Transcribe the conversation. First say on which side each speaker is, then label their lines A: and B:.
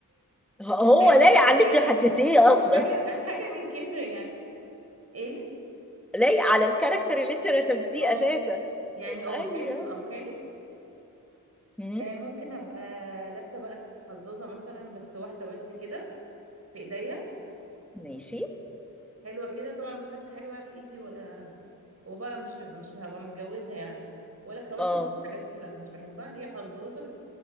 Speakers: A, in the centre; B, on the right.
A: هو
B: حازم
A: لايق على
B: او
A: اللي
B: خالد
A: انت حكيتيه اصلا
B: حاجة حاجة من كده يعني ايه
A: لايق على الكاركتر اللي انت رسمتيه
B: اه
A: اساسا
B: يعني اه
A: ايوه
B: حازم او خالد
A: مم.
B: آه ممكن ابقى لابسه بقى حظاظه مثلا بس واحده بس كده في ايديا
A: ماشي
B: حلوه كده طبعا مش لابسه حاجه بقى في ايدي ولا وبقى مش مش هبقى متجوزه يعني ولا خواتم
A: اه
B: الحاجات دي لا مش بحبها هي حظاظه بس